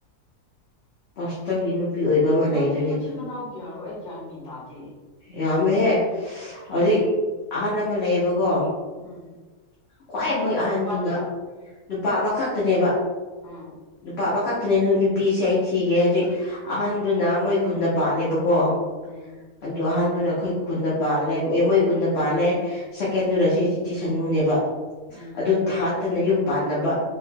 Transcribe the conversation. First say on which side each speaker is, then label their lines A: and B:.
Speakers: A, on the left (about 50°); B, on the left (about 70°).
A: ꯄꯥꯁꯇꯔ ꯌꯦꯅ ꯅꯨꯄꯤ ꯑꯣꯏꯕ ꯑꯃ
B: ꯃꯣꯏꯁꯦ
A: ꯂꯩꯕꯅꯦꯕ
B: ꯃꯆꯤꯟ ꯃꯅꯥꯎ ꯀꯌꯥꯔꯣ ꯑꯩ ꯒ꯭ꯌꯥꯟ ꯃꯦꯟ ꯇꯥꯗꯦ
A: ꯌꯥꯝꯃꯦꯍꯦ ꯍꯧꯖꯤꯛ ꯑꯍꯜ ꯑꯃ ꯂꯩꯌꯦꯕꯀꯣ
B: ꯎꯝ
A: ꯈ꯭ꯋꯥꯏ
B: ꯅꯨꯄꯤ
A: ꯃꯣꯏ
B: ꯀꯌꯥ
A: ꯑꯍꯟꯗꯨꯅ
B: ꯅꯨꯄꯥ ꯀꯌꯥ
A: ꯅꯨꯄꯥ ꯑꯃꯈꯛꯇꯅꯦꯕ
B: ꯎꯝ
A: ꯄꯥꯕ ꯈꯛꯇꯅꯦ ꯅꯨꯄꯤꯁꯦ ꯑꯩ ꯊꯤꯒꯦ ꯍꯧꯖꯤꯛ ꯑꯍꯟꯗꯨꯅ ꯃꯣꯏ ꯈꯨꯟꯗ ꯄꯥꯜꯂꯦꯕ ꯀꯣ
B: ꯎꯝ
A: ꯑꯗꯨ ꯑꯍꯥꯟꯕꯗꯨꯅ ꯑꯩꯈꯣꯏ ꯈꯨꯟꯗ ꯄꯥꯜꯅꯦ ꯃꯣꯏ ꯈꯨꯟꯗ ꯄꯥꯜꯂꯦ ꯁꯦꯀꯦꯟꯗꯨꯅ ꯁꯤ ꯏꯆꯤ ꯁꯅꯨꯅꯦꯕ
B: ꯎꯝ
A: ꯑꯗꯨ ꯊꯥ ꯐꯠꯇꯅ ꯌꯨꯝ ꯄꯥꯟꯗꯕ